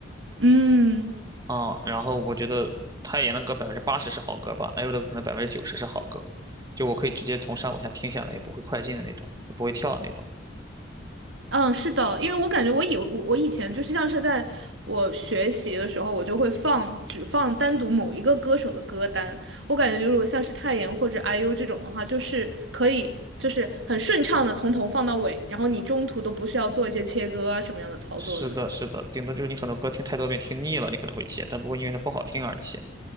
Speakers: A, on the right (about 70°); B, on the right (about 20°).
A: 嗯。
B: 啊。嗯然后我觉得泰妍的歌百分之八十是好歌吧，IU 的可能百分之九十是好歌，就我可以直接从上往下听下来，也不会快进的那种，也不会跳的那种。
A: 嗯，是的，因为我感觉我以我我以前就是像是在我学习的时候，我就会放只放单独某一个歌手的歌单。我感觉如果像是泰妍或者 IU 这种的话，就是可以就是很顺畅的从头放到尾，然后你中途都不需要做一些切割啊什么样的操作的那种。
B: 是的，是的，顶多就是你很多歌听太多遍听腻了，你可能会切，但不会因为它不好听而切。